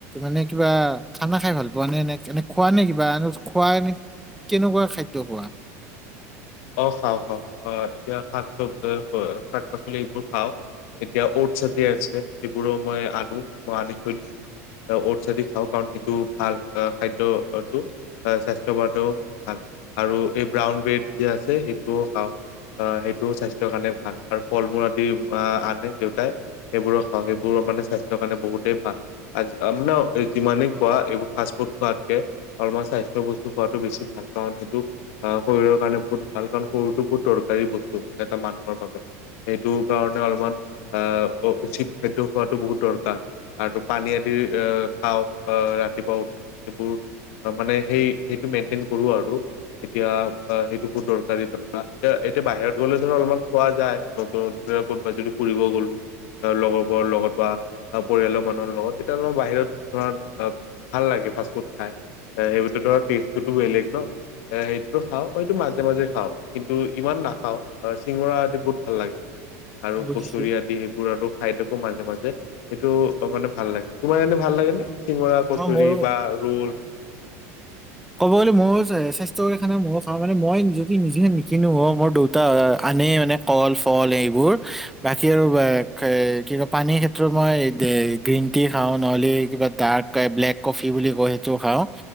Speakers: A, in the centre; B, on the left (about 70°).
A: মানে কিবা, খানা খাই ভালপোৱানে? নে এনে, খোৱানে কিবা? খোৱা এনে কেনেকুৱা খাদ্য খোৱা?
B: অ'! খাওঁ-খাওঁ। অ'! এতিয়া, শাক চব শাক-পাচলিবোৰ খাওঁ। এতিয়া, অটছ আদি আছে, সেইবোৰো মই আনোঁ, মই আনি থৈ দিছোঁ। অটছেদি খাওঁ। কাৰণ, সেইটো ভাল খাদ্য, সেইটো। হয়, স্বাস্থ্য বাবেও ভাল। আৰু এই, ব্ৰাউন ব্ৰেড যে আছে, সেইটোও খাওঁ। অ' সেইটোও স্বাস্থ্যৰ কাৰণে ভাল! আৰু ফল-মূল আদি আঁ আনে, দেউতাই। সেইবোৰো খাওঁ, সেইবোৰো মানে, স্বাস্থ্যৰ কাৰণে বহুতেই ভাল! আজি, আপোনাৰ যিমানেই খোৱা, এইবোৰ ফাষ্ট- ফুড খোৱাতকে <unintelligible> স্বাস্থ্য বস্তু খোৱাটো বেছি ভাল! কাৰণ সেইটো, অ' শৰীৰৰ কাৰণে, বহুত ভাল! কাৰণ, সৰুটো বহুত দৰকাৰী বস্তু, এটা মানুহৰ বাবে। সেইটো কাৰণে অলপমান, আঁ উচিত খাদ্য খোৱাটো বহুত দৰকাৰ। আৰু পানী আদিৰ আঁ খাওঁ। আঁ ৰাতিপুৱা উঠি, এইবোৰ। মানে সেই, সেইটো মেইন্টেইন কৰোঁ আৰু। এতিয়া, <unintelligible> বহুত দৰকাৰী <unintelligible> এতিয়া, এতিয়া বাহিৰত গ'লে ধৰা, অলপমান খোৱা যায়। নতুন <unintelligible> ক'ৰবাত যদি ফুৰিব গ'লো। লগৰবোৰৰ লগত বা পৰিয়ালৰ মানুহৰ লগত। এতিয়া <unintelligible> বাহিৰত ধৰা, অ' ভাল লাগে, ফাষ্টফুড খায়! এ, সেইবোৰতো ধ, টেষ্টো বেলেগ ন'! এ, সেইটোতো খাওঁ। এইটো মাজ মাজে-মাজে খাওঁ। কিন্তু, ইমান নাখাওঁ, চিঙৰা আদি বহুত ভাল লাগে! আৰু
A: বুজিছো
B: কচৰি আদি সেইবোৰ আৰু খাই থাকোঁ, মাজে-মাজে। সেইটো, অ' মানে, ভাল লাগে। তোমাৰ এনে ভাল লাগেনে? চিঙৰা, কচৰি
A: অ মোৰো
B: বা ৰোল।
A: ক'ব গ'লে, মইয়ো স্বাস্থ্যকৰ খানা মইয়ো খাওঁ। মানে, মই যদি নিজে নিকিনো, অ' মোৰ দেউ তা আনে মানে, কল-ফল এইবোৰ। বাকী আৰু <unintelligible> কি কয়, পানীৰ ক্ষে ত্ৰ মই, <unintelligible> গ্ৰীণ-টি খাওঁ, নহ'লে কিবা ডাৰ্ক, ব্লেক কফি বুলি কয়, সেইটো খাওঁ।